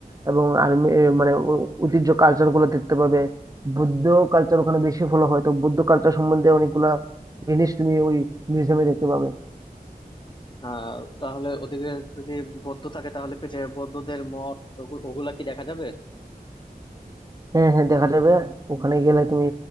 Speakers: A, on the right (about 25°); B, on the left (about 30°).
A: এবং আর্মি মানে ও- ঐতিহ্য কালচার গুলা দেখতে পাবে বৌদ্ধ কালচার ওখানে বেশি ফলো হয় তো বৌদ্ধ কালচার সম্বন্ধে অনেকগুলা জিনিস তুমি ওই মিউজিয়ামে দেখতে পাবে
B: আহ তাহলে ওদিকে যদি বৌদ্ধ থাকে তাহলে কি যে বৌদ্ধদের মঠ ওগু- ওগুলা কি দেখা যাবে
A: হ্যাঁ হ্যাঁ দেখা যাবে ওখানে গেলে তুমি